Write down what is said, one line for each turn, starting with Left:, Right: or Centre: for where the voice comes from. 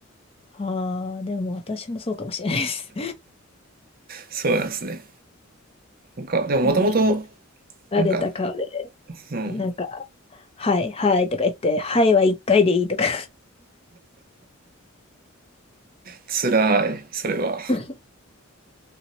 Left: ああ、でも私もそうかもしれないです。
Right: そうなんですね。なんか、でももともと、
Left: <laughs> なんか、慣れた顔で、
Right: なんか、うん、
Left: なんか、はい、はいとか言って、はいは一回でいいとか
Right: 辛い、それは。
Left: <laughs>